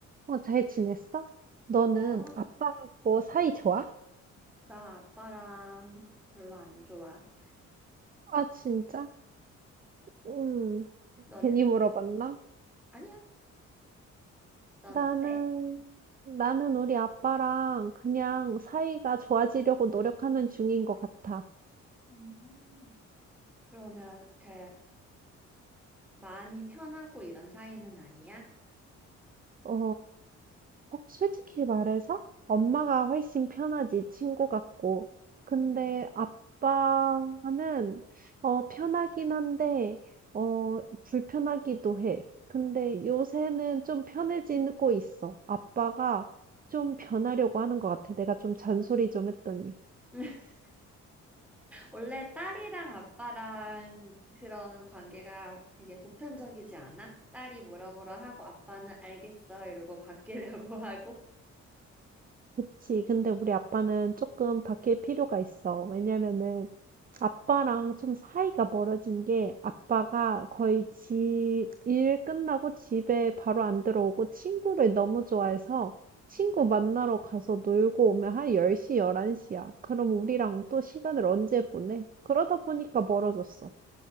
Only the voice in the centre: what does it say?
어,
나 아빠랑 별로 안 좋아.
너는?
아니야. 넌
어때?
음, 그러면 그 많이 편하고 이런 사이는 아니야?
어.
<laughs> 원래 딸이랑 아빠랑 그런 관계가 되게 보편적이지 않아? 딸이 뭐라 뭐라 하고 아빠는 알겠어 이러고 바뀌려고 <laughs> 하고.